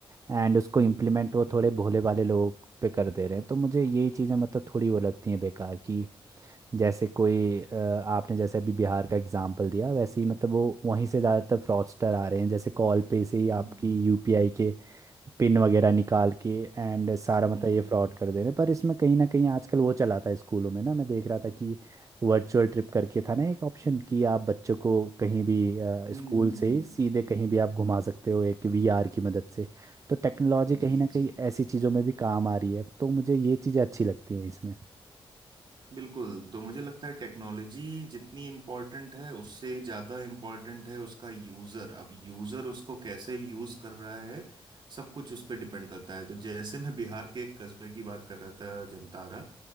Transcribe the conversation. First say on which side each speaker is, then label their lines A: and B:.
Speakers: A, on the right (about 35°); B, on the right (about 55°).
A: एंड उसको इम्प्लीमेंट
B: हम्म
A: वो थोड़े भोले वाले लोग पे कर दे रहे हैं तो मुझे यही चीज़ें मतलब थोड़ी वो लगती हैं बेकार की जैसे कोई अ, आपने जैसे अभी बिहार का एग्जांपल दिया वैसे ही मतलब वो वहीं से ज़्यादातर फ्रॉडस्टर आ रहे हैं जैसे कॉल पे से ही
B: हम्म
A: आपकी
B: हम्म।
A: यूपीआई के पिन वगैरह निकाल के एंड सारा
B: हम्म
A: मतलब ये फ्रॉड कर दे रहे हैं पर इसमें कहीं ना कहीं आजकल वो चला था स्कूलों में ना मैं देख रहा था कि वर्चुअल ट्रिप करके था ना एक ऑप्शन कि आप बच्चों को कहीं भी
B: हम्म
A: स्कूल से
B: हम्म,
A: ही
B: हम्म,
A: सीधे
B: हम्म।
A: कहीं भी आप घुमा सकते हो एक वीआर की मदद से तो टेक्नोलॉजी कहीं
B: जी
A: ना कहीं
B: जी
A: ऐसी चीज़ों में भी काम आ रही है तो मुझे ये चीज़ें अच्छी लगती हैं इसमें
B: बिल्कुल तो मुझे लगता है टेक्नोलॉजी जितनी इम्पोर्टेंट है उससे ज़्यादा इम्पोर्टेंट है उसका यूज़र अब यूज़र उसको कैसे यूज़ कर रहा है सब कुछ उस पर डिपेंड करता है तो जैसे मैं बिहार के एक कस्बे की बात कर रहा था जमतारा